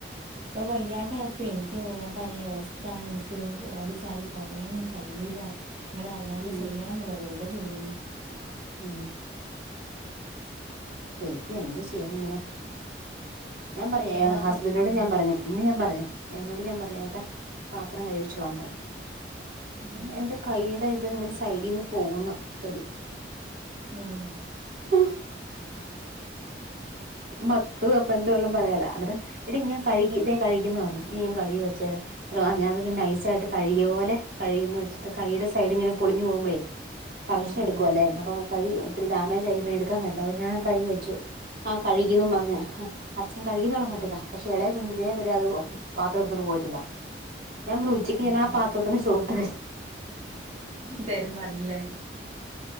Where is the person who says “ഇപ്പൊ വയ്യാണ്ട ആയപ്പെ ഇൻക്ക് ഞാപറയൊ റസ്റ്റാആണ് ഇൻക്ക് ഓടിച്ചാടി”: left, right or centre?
Right